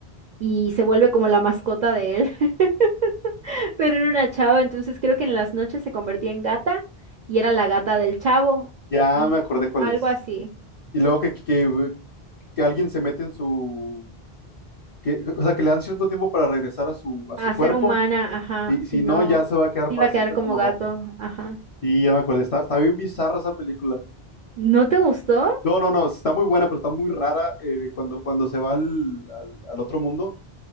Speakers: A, on the right (about 55°); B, on the left (about 45°).
A: y se vuelve como la mascota de él. <laughs> Pero era una chava, entonces creo que en las noches se convertía en gata y era la gata del chavo
B: ya
A: y
B: me acordé cuál
A: algo
B: es.
A: así.
B: Y luego que, que, que alguien se mete en su... Que, o sea, que le dan cierto tiempo para regresar a su, a
A: a
B: su cuerpo.
A: ser humana, ajá,
B: Y
A: si
B: si
A: no,
B: no, ya se va a quedar
A: iba
B: para
A: a
B: siempre
A: quedar como
B: como
A: gato,
B: gato.
A: ajá.
B: Sí, ya me acordé. Está, está bien bizarra esa película.
A: ¿No te gustó?
B: No, no, no, está muy buena, pero está muy rara eh, cuando, cuando se va al, al al otro mundo.